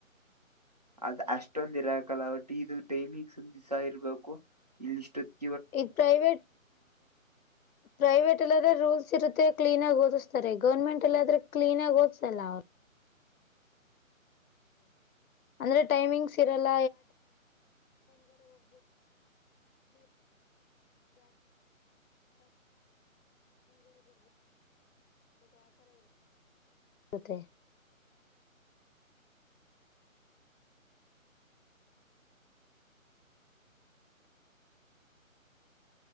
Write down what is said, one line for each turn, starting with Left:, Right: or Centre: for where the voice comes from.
Right: ಅದ್ ಅಷ್ಟೊಂದ್ ಇರಕಲ್ಲ ಒಟ್ಟಿ ಇದು ಟೈಮಿಂಗ್ಸ್ ಒಂದ ದಿವ್ಸ ಇರ್ಬೇಕು ಇಲ್ಲಿಷ್ಟು.
Left: ಇದ್ ಪ್ರೈವಟ್ ಪ್ರೈವಟ್ ಎಲ್ಲ ರೂಲ್ಸ್ ಇರು ಕ್ಲೀನ್ ಆಗಿ ಓದಿಸ್ತಾರೆ ಗೌರ್ಮೆಂಟ್ ಎಲ್ಲಾದ್ರೆ ಕ್ಲಿನ್ ಆಗಿ ಓದ್ಸಲ್ಲ ಅವರು. ಅಂದ್ರೆ ಟೈಮಿಂಗ್ಸ್ ಇರಲ್ಲ <unintelligible>